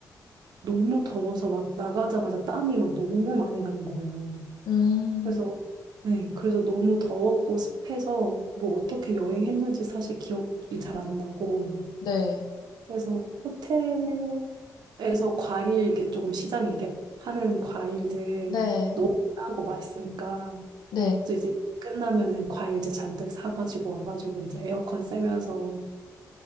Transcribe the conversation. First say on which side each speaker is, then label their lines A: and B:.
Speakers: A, on the right; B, on the left.
A: 너무 더워서 막 나가자마자 땀이 막 너무 많이 나는 거예요.
B: 음,
A: 그래서 네, 그래서 너무 더웠고 습해서 뭐 어떻게 여행했는지 사실 기억이 잘 안 나고
B: 네,
A: 그래서 호텔에서 과일 이렇게 조금 시장에 이렇게 파는 과일들
B: 네,
A: 너무 싸고 맛있으니까
B: 네.
A: 그래서 이제 끝나면은 과일들 잔뜩 사가지고 와가지고 이제 에어컨 쐬면서